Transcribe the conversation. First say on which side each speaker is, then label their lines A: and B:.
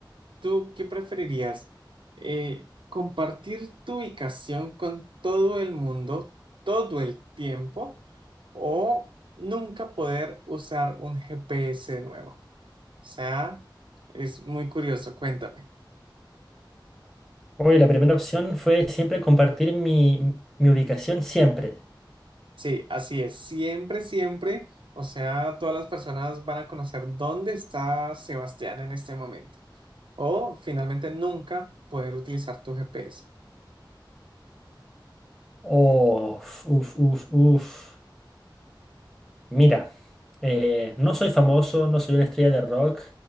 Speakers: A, on the right; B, in the centre.
A: ¿Tú qué preferirías? Eh, ¿compartir tu ubicación con todo el mundo todo el tiempo o nunca poder usar un GPS de nuevo? O sea, es muy curioso, cuéntame.
B: Oye, la primera opción fue siempre compartir mi, mi ubicación, siempre.
A: Sí, así es. Siempre, siempre, o sea, todas las personas van a conocer dónde está Sebastián en este momento. O finalmente nunca poder utilizar tu GPS.
B: Oh, uf, uf, uf. Mira, eh, no soy famoso, no soy una estrella de rock,